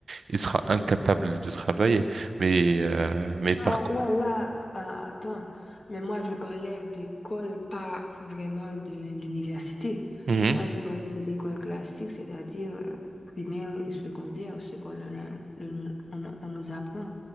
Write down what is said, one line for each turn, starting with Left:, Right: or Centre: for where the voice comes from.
Right: il sera incapable de travailler. Mais, euh, mais par
Left: Ah
Right: contre,
Left: ouais, là, ah, attends, mais moi je parlais d'école, pas vraiment de l'université.
Right: Mhm.
Left: Moi je parlais de l'école classique, c'est-à-dire euh, primaire et secondaire, ce qu'on le- le- on, on nous apprend